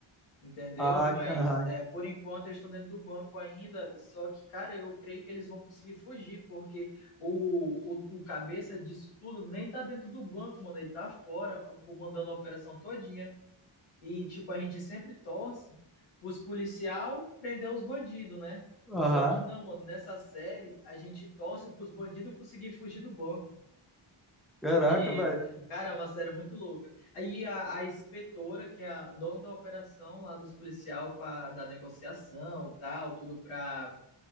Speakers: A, on the left; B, in the centre.
A: entendeu?
B: Ai,
A: Mas
B: aham,
A: é, por enquanto eles estão dentro do banco ainda. Só que, cara, eu creio que eles vão conseguir fugir, porque o, o, o cabeça disso tudo nem tá dentro do banco, mano. Ele tá fora, comandando a operação todinha. E, tipo, a gente sempre torce os policial prender os bandidos, né?
B: aham.
A: Só que não, mano, nessa série a gente torce pros bandidos conseguir fugir do banco
B: Caraca,
A: com dinheiro.
B: velho.
A: Cara, é uma série muito louca. Aí a, a inspetora, que é a dona da operação lá dos policial pra, da negociação, tal, tudo pra,